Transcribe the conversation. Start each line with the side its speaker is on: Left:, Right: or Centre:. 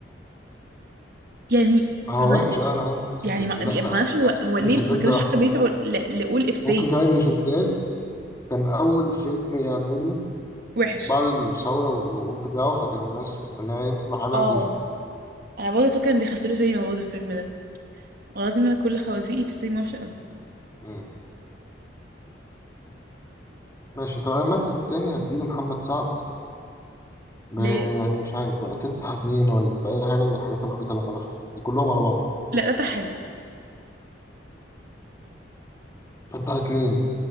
Right: يعني
Left: هو
Right: معرفش
Left: وحش اه انا عارف بس
Right: يعني
Left: يعني
Right: ما
Left: لا لا
Right: معرفش هو
Left: ابن
Right: هو ليه
Left: شداد
Right: ما كانوش
Left: ده وحش
Right: حتى بيسعوا
Left: أوي.
Right: ل- لقول إفيه
Left: ممكن كمان ابن شداد كان اول فيلم يعمله
Right: وحش
Left: بعد الثورة والوقوف بتاعه فكان الناس مستنية يطلع حاجة نظيفة
Right: اه أنا برضه فاكرة إني دخلت له سينما برضه الفيلم ده والله العظيم أنا كل خوازيقي في السينما وحشة أوي
Left: مم. ماشي طب أنا المركز التاني هديه لمحمد سعد ب-
Right: ليه؟
Left: يعني مش عارف بقى تفتح اتنين ولا أي حاجة من الحاجات العبيطة اللي عملها في- دي كلهم على بعض
Right: لا ده حلو
Left: فتح اتنين